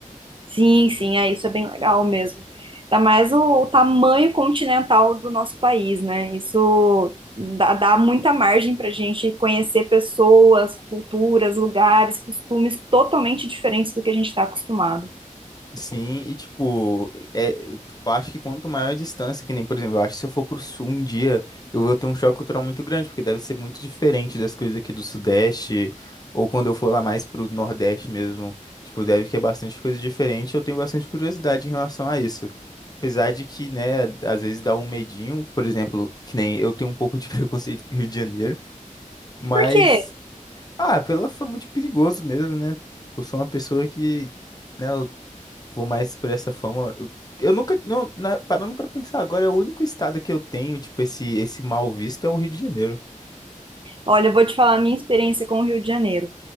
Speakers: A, on the right; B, on the left.
A: Sim, sim, é isso é bem legal mesmo. Ainda mais o, o tamanho continental do nosso país, né? Isso dá, dá muita margem para a gente conhecer pessoas, culturas, lugares, costumes totalmente diferentes do que a gente está acostumado.
B: Sim, e tipo, é, eu acho que quanto maior a distância, que nem, por exemplo, eu acho que se eu for pro sul um dia, eu vou ter um choque cultural muito grande, porque deve ser muito diferente das coisas aqui do Sudeste, ou quando eu for lá mais pro Nordeste mesmo, tipo, deve que é bastante coisa diferente, eu tenho bastante curiosidade em relação a isso. Apesar de que, né, às vezes dá um medinho, por exemplo, que nem eu tenho um pouco de <laughs> preconceito com o Rio de Janeiro, mas,
A: Por quê?
B: ah, pela fama de perigoso mesmo, né? Eu sou uma pessoa que né? Vou mais por essa forma. Eu eu nunca, não, na- parando pra pensar agora, é o único estado que eu tenho, tipo, esse, esse mal visto é o Rio de Janeiro.
A: Olha, eu vou te falar a minha experiência com o Rio de Janeiro.